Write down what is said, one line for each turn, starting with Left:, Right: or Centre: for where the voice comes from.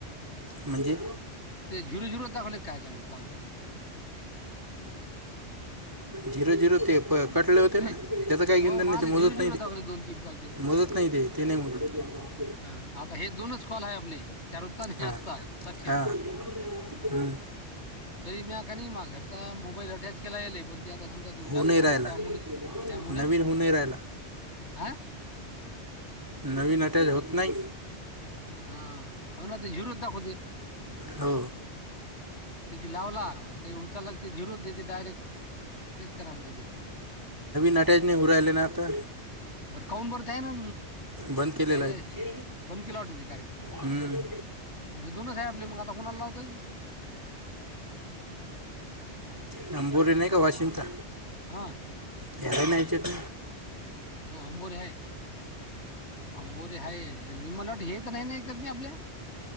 Right: म्हणजे
Left: ते झिरो झिरो दाखवले <unintelligible> काय कॉल ते
Right: झिरो झिरो ते कटले होते
Left: नाही
Right: ना त्याच काही
Left: हो
Right: घेणं देणं
Left: मला
Right: ते नाही ते
Left: झिरो
Right: मोजत
Left: झिरो
Right: नाही
Left: दाखवले दोन तीन कॉल
Right: मोजत नाही ते ते नाही मोजत
Left: ह आता हे दोनच कॉल आहे आपले त्यारोजचा आणि
Right: हां
Left: आजचा साक्ष
Right: हां हम्म
Left: तरी मी म्याकणी मा घरचा मोबाईल अटॅच केला गेले पण ते आता समजा बॅलन्स
Right: होऊ
Left: नाही
Right: राहिला
Left: ना त्यामुळे त्यामुळे
Right: नवीन होऊ नाही राहिला
Left: हा
Right: नवीन अटॅच होत नाही
Left: हा हो ना ते झिरोच दाखवते
Right: हो
Left: तिथ लावला ते उचलला की ते झिरोच देते डायरेक्ट तेच कराम दीदी
Right: अटयाच नही होउ राहिले ना आता
Left: बरं काउंन बरत आहे ना
Right: बंद केलेला
Left: त्या
Right: आहे
Left: बंद केला वाटत ते कार्यक्रम
Right: हम्म.
Left: मग हे दोनच आहे आपले मग आता कुणाला लावताय
Right: नंबोरे नाही का वाशिमचा
Left: हा.
Right: तेरा नयचट.
Left: हो अंबोर हा अंबोरे हा निमलट हेेत नाही नाही. त नाही आपल्या.